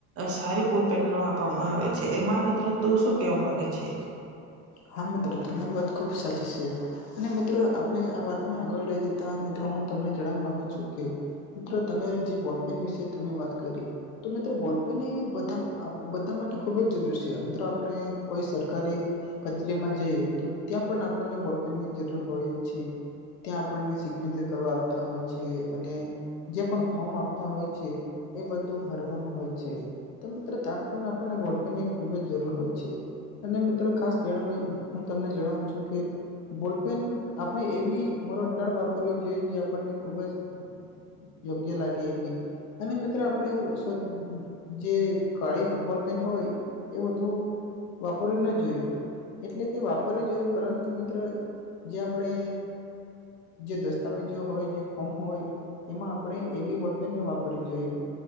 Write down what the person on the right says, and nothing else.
સારી બોલપેન નો આપવામાં આવે છે એમાં મિત્રો તું શું કેવા માંગે છે